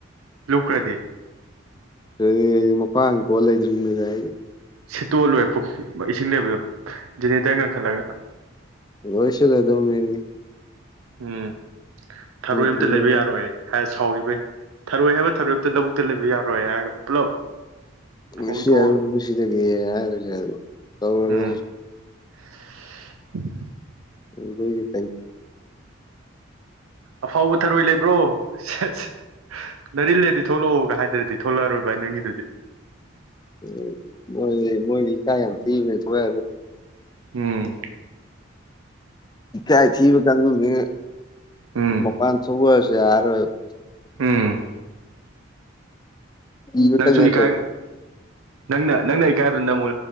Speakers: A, on the right; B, on the left.
A: ꯂꯨꯞꯈ꯭ꯔꯗꯤ
B: ꯑ ꯃꯄꯥꯟ ꯀꯣ ꯂꯩꯗ꯭ꯔꯤ ꯃꯤꯗ ꯑꯩ
A: ꯁꯤꯠꯇꯣꯜꯂꯣꯏꯦ ꯄꯨꯈ ꯏꯁꯤꯡ ꯂꯩꯕꯗ ꯖꯦꯅꯦꯔꯦꯇꯔ ꯉꯟꯈꯠꯂꯒ
B: ꯣꯏꯁꯂ ꯑꯗꯨꯣꯅꯤ
A: ꯎꯝ ꯊꯔꯣꯏ ꯑꯝꯇ
B: ꯊꯦꯡꯅ
A: ꯂꯩꯕ ꯌꯥꯔꯣꯏ ꯍꯥꯏ ꯁꯥꯎꯈꯤꯕꯩ ꯊꯔꯣꯏ ꯍꯥꯏꯕ ꯊꯔꯣꯏ ꯑꯝꯇ ꯂꯧꯕꯨꯛꯇ ꯂꯩꯕ ꯌꯥꯔꯣꯏ ꯍꯥꯏꯔꯒ ꯄꯨꯂꯞ ꯈꯣꯝꯊꯣꯛꯑꯒ
B: ꯉꯁꯤ ꯍꯥꯏꯁꯤꯗꯒꯤ ꯍꯥꯏꯔꯒ ꯑꯗꯨꯝ ꯇꯧꯔ
A: ꯎꯝ <inaudible>
B: <inaudible>
A: ꯑꯐꯥꯎꯕ ꯊꯔꯣꯏ ꯂꯩꯕ꯭ꯔꯣ ꯁꯠꯁ ꯅꯔꯤꯜꯂꯦꯗꯤ ꯊꯣꯛꯂꯛꯑꯣꯒ ꯍꯥꯏꯗ꯭ꯔꯗꯤ ꯊꯣꯛꯂꯛꯑꯔꯣꯏ ꯚꯥꯏ ꯅꯪꯒꯤꯗꯨꯗꯤ
B: ꯎ ꯃꯣꯏ ꯃꯣꯏꯗꯤ ꯀꯥꯏꯝ ꯊ ꯊ
A: ꯎꯝ
B: ꯏꯀꯥꯏ ꯊꯤꯕ ꯀꯥꯡꯗꯨꯅꯦ
A: ꯎꯝ
B: ꯃꯄꯥꯟ ꯊꯣꯛꯔꯁꯨ ꯌꯥꯔꯣꯏꯕ
A: ꯎꯝ
B: ꯏꯕꯇꯉ
A: ꯅꯪꯁꯨ ꯏꯀꯥꯏ
B: ꯇ
A: ꯅꯪꯅ ꯅꯪꯅ ꯏꯀꯥꯏꯕ ꯅ ꯑꯃꯨꯛ